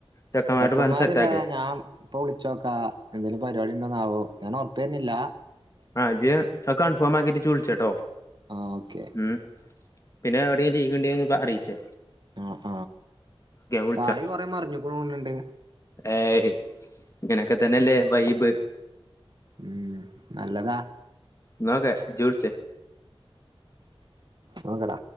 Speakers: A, on the left; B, on the right.
A: ചെക്കന്മാരോട്
B: ചെക്കന്മാരിതാ
A: പറഞ്ഞ് സെറ്റാക്ക്
B: ഞാൻ ഇപ്പൊ വിളിച്ചോക്കാ എന്തേലും പരിപാടി ണ്ടോന്നാവോ ഞാനൊർപ്പെര്നില്ല
A: ആ ജ്ജ് ആ കൺഫേമാക്കിട്ട് ച്ച് വിളിച്ചാട്ടോ
B: ആഹ് ഓക്കെ
A: ഉം പിന്നെ എവിടേം ലീഗ്ണ്ടെ ന്ന് അറിയിച്ച്
B: ആഹ
A: വിളിച്ചാ
B: കായ് കൊറെ മറിഞ്ഞ്ക്ക്ണു തോണ് ണ്ട്
A: ഏയ് ഇങ്ങനൊക്കെ തന്നല്ലേ വൈബ്
B: ഉം നല്ലതാ
A: ന്നാ ഓക്കെ ജ്ജ് വിളിച്ച്
B: മങ്കടാ